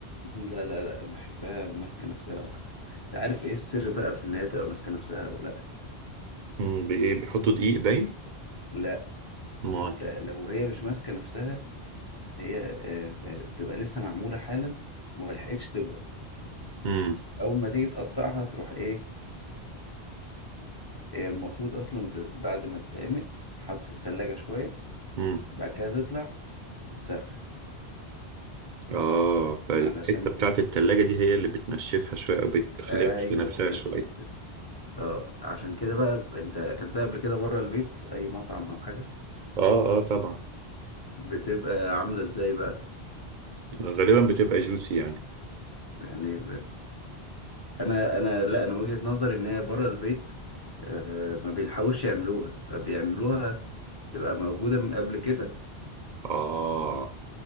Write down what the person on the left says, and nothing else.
لا لا لا بحبها ماسكة نفسها أكتر أنت عارف إيه السر بقى في إن هي تبقى ماسكة نفسها أو لأ
لا
أنت لو هي مش ماسكة نفسها هي آه، آه، بتبقى لسه معمولة حالا وملحقتش تبرد
أول ما تيجي تقطعها تروح إيه هي المفروض أصلا ت- بعد ما تتعمل تتحط في التلاجة شوية
بعد كده تطلع تتسخن
علشان
أيوه
هي
الحتة أه عشان كده بقى أنت أكلتها قبل كده بره البيت في أي مطعم أو حاجة
بتبقى عاملة إزاي بقى
يعني انا انا لا انا وجهة نظري ان هي بره البيت آه، ما بيلحقوش يعملوها فبيعملوها تبقى موجودة من قبل كده